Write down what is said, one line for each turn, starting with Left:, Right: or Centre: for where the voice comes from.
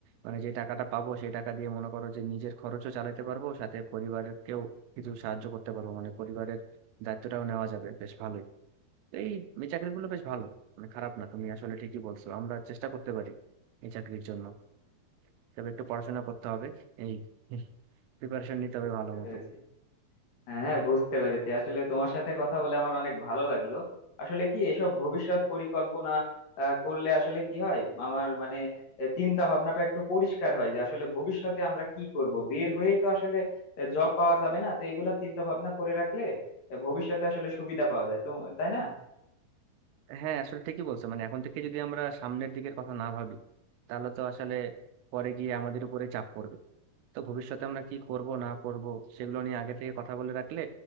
Right: মানে যে টাকাটা পাবো সেই টাকা দিয়ে মনে করো যে নিজের খরচও চালাতে পারবো সাথে পরিবারকেও কিছু সাহায্য করতে পারবো মানে পরিবারের দায়িত্বটাও নেওয়া যাবে বেশ ভালোই তো এই এই চাকরিগুলো বেশ ভালো মানে খারাপ না তুমি আসলে ঠিকই বলছো আমরা চেষ্টা করতে পারি এই চাকরির জন্য তবে একটু পড়াশোনা করতে হবে এই প্রিপারেশন নিতে হবে
Left: বুঝতে
Right: ভালো মতো
Left: পেরেছি হ্যাঁ হ্যাঁ বুঝতে পেরেছি আসলে তোমার সাথে কথা বলে আমার অনেক ভালো লাগলো আসলে কি এসব ভবিষ্যৎ পরিকল্পনা আহ, করলে আসলে কি হয় আমার মানে এ, চিন্তা ভাবনাটা একটু পরিষ্কার হয় যে আসলে ভবিষ্যতে আমরা কি করব বের হয়েই তো আসলে জব পাওয়া যাবে না তো এগুলা চিন্তা ভাবনা করে রাখলে এ, ভবিষ্যতে আসলে সুবিধা পাওয়া যায় তো তাই না
Right: হ্যাঁ আসলে ঠিকই বলছো মানে এখন থেকে যদি আমরা সামনের দিকের কথা না ভাবি তাহলে তো আসলে পরে গিয়ে আমাদের উপরে চাপ পড়বে তো ভবিষ্যতে আমরা কি করব না করব সেগুলো নিয়ে আগে থেকে কথা বলে রাখলে